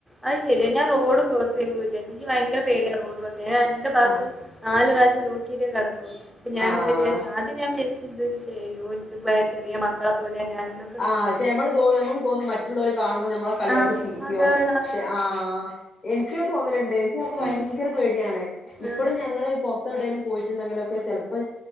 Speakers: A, in the centre; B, on the left.
A: അത് ശരിയാ ഞാൻ റോഡ്ക്രോസ് ചെയ്യുമ്പ വിജാരിക്കും ഇനിക്ക് ഭയങ്കര പേടിയാ റോഡ് ക്രോസ് ചെയ്യാൻ ഞാൻ രണ്ട് ഭാത്തും.
B: ആഹ്
A: നാല് പ്രാവശ്യം നോക്കിയിട്ടേ കടക്കു. അപ്പ ഞാങ്ങനെ
B: ആഹ്
A: വിജാരിച്ച ആ. അദ്യ ഞാൻ വിജാരിച്ചത് ചെയ്യോ ഇപ്പോ ചെറിയ മക്കളെ പോലെ ഞാനുന്ന്.
B: ആഹ്ക്ഷെ നമ്മള് തോ നമക്ക് തോന്നും മറ്റുള്ളോര് കാണുമ്പോ നമ്മളെ. കളിയാക്കി
A: ആഹ്
B: ചിരിക്കുവോ
A: അതെടാ
B: പക്ഷെ ആഹ് എനിക്കത് തോന്നലുണ്ട് എനിക്ക് അപ്പം
A: ഉം
B: ഭയങ്കര പേടിയാണ് ഇപ്പോഴും
A: ഉം
B: ഞങ്ങള് പുറത്തെവിടെലും പോയിട്ടുണ്ടെങ്കിലൊക്കെ ചിലപ്പോൾ